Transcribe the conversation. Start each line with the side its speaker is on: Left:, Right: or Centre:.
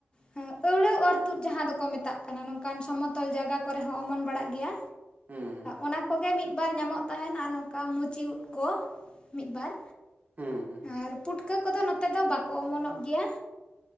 Left: ᱦᱮᱸ ᱟᱹᱣᱲᱟᱹ ᱚᱨᱛᱩᱫ ᱡᱟᱦᱟᱸ ᱫᱚᱠᱚ ᱢᱮᱛᱟᱜ ᱠᱟᱱᱟ ᱱᱚᱝᱠᱟᱱ ᱥᱚᱢᱚᱛᱚᱞ ᱡᱟᱭᱜᱟ ᱠᱚᱨᱮ ᱦᱚᱸ ᱚᱢᱚᱱ ᱵᱟᱲᱟᱜ ᱜᱮᱭᱟ᱾
Right: ᱦᱩᱸ ᱦᱩᱸ
Left: ᱚᱱᱟ ᱠᱚᱜᱮ ᱢᱤᱫ-ᱵᱟᱨ ᱧᱟᱢᱚᱜ ᱛᱟᱸᱦᱮᱱ ᱟᱨ ᱱᱚᱝᱠᱟ ᱢᱩᱪᱤ ᱩᱸᱫ ᱠᱚ ᱢᱤᱫ-ᱵᱟᱨ᱾
Right: ᱦᱩᱸ ᱦᱩᱸ
Left: ᱟᱨ ᱯᱩᱴᱠᱟᱹ ᱠᱚᱫᱚ ᱱᱚᱛᱮ ᱫᱚ ᱵᱟᱠᱚ ᱚᱢᱚᱱᱚᱜ ᱜᱮᱭᱟ᱾